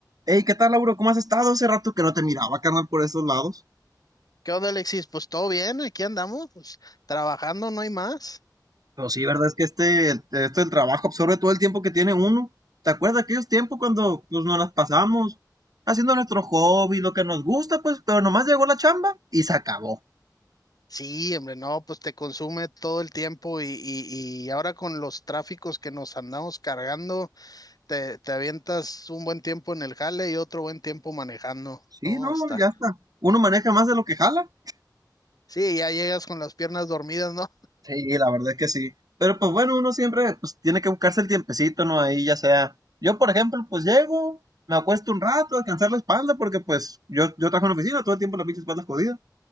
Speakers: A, on the right (about 55°); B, on the left (about 55°).
A: Hey, ¿qué tal, Lauro? ¿Cómo has estado? Hace rato que no te miraba, carnal, por esos lados.
B: ¿Qué onda, Alexis? Pues todo bien, aquí andamos, pues trabajando, no hay más.
A: Pero sí, verdad es que este, este el trabajo absorbe todo el tiempo que tiene uno. ¿Te acuerdas de aquellos tiempos cuando pues, nos las pasamos haciendo nuestro hobby, lo que nos gusta, pues, pero nomás llegó la chamba y se acabó?
B: Sí, hombre, no, pues te consume todo el tiempo y, y, y ahora con los tráficos que nos andamos cargando, te, te avientas un buen tiempo en el jale y otro buen tiempo manejando.
A: Sí,
B: No,
A: no,
B: está.
A: ya está. Uno maneja más de lo que jala.
B: Sí, ya llegas con las piernas dormidas, ¿no?
A: Sí, la verdad es que sí. Pero pues bueno, uno siempre pues tiene que buscarse el tiempecito, ¿no? Ahí ya sea. Yo, por ejemplo, pues llego, me acuesto un rato a descansar la espalda porque pues yo, yo trabajo en oficina, todo el tiempo la pinche espalda es jodida.